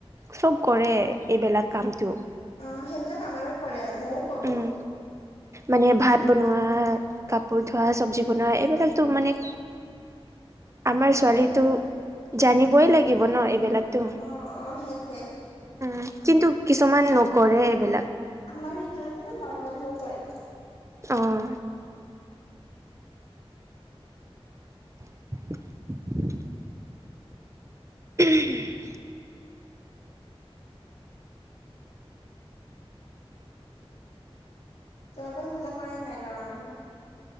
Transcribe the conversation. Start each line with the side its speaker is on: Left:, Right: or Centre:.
Right: চব কৰে এইবিলাক কামটো।
Left: অ সেইবিলাক আমাৰো কৰে, ময়ও কৰোঁ।
Right: উম। মানে ভাত বনোৱা, কাপোৰ ধোৱা, চব্জি বনোৱা এইবিলাকতো মানে
Left: <inaudible>
Right: আমাৰ
Left: সেইটোৱে
Right: ছোৱালীতো
Left: এইবিলাক
Right: জানিবই লাগে লাগিব ন এইবিলাকটো?
Left: অ', অ', সেইটোৱে।
Right: উম কিন্তু কিছুমান নকৰে এইবিলাক।
Left: আমাৰ সিফালে ল'ৰা মানুহেও কৰে।
Right: অঁ। <inaudible> উহম্
Left: তোমালোকৰ সেইফালে কৰে নাই ল'ৰা মানুহে?